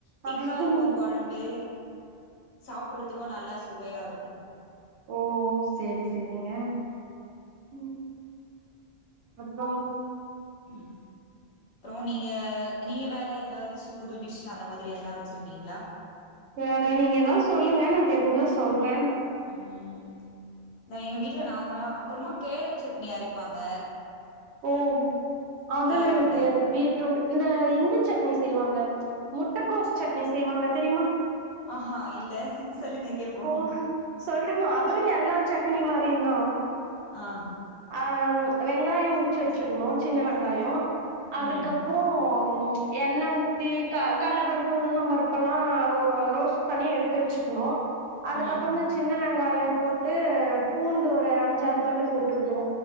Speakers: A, on the left; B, on the right.
A: திக்காருக்கு
B: ஆமா
A: கொழம்பு சாப்புட்றதுக்கு நல்லா சுவையாருக்கு
B: ஓ சேரி சேரிங்க ம் அப்றோ
A: ம் அப்றோ நீங்க நீங்க வேற எதறாச்சு புது டிஷ் அந்த மாதிரி எதனா வச்சிருக்கீங்களா
B: வேற நீங்க ஏதாவது சொல்லுங்க நா தெரிஞ்சா சொல்றே
A: ம் நா‌ எங்க வீட்ல நார்மலா அப்றமா கேரட் சட்னி அரைப்பாங்க
B: ஓ அதெல்லா
A: கேரட்ல
B: எனக்கு தெரியாது பீட்ரூட் இந்த இந்த சட்னி செய்வாங்க முட்டகோஸ் சட்னி செய்வாங்க தெரிமா
A: ஆ ஹா இல்ல சொல்லுங்க கேப்போ
B: ஓ சொல்லுட்டுமா அதுவு எல்லா சட்னி மாரியு தா
A: ஆ
B: ஆ ம் வெங்காயோ உரி ச்சு வச்சுக்கணு சின்ன வெங்காயோ அதுக்கப்றோ
A: ம்
B: ம் எண்ண ஊத்தி க கல்லப்பருப்பு உளுந்தப்பருப்பெல்லா ரோ அ ரோஸ்ட் பண்ணி எடுத்து வெச்சுக்கணு அதுக்கப்றோ
A: ம்
B: இந்த சின்ன வெங்காயோ போட்டு பூண்டு ஒரு அஞ்சாறு பல்லு போட்டுக்கணு